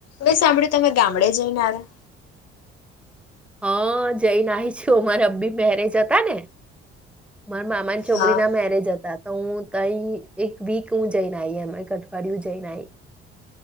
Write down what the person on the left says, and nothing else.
મેં સાંભળ્યું તમે ગામડે જઈને આવ્યા.
હા